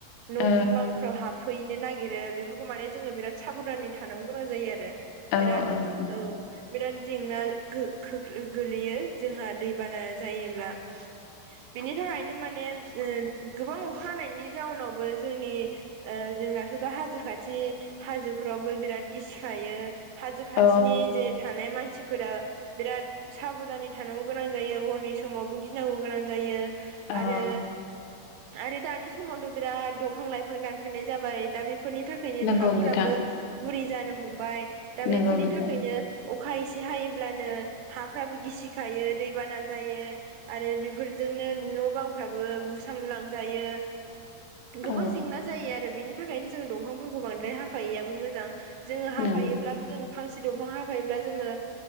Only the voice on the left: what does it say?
औ
औ
औ
औ
नंगौ
नोंथां
नंगौ
नोंथां
औ
नंगौ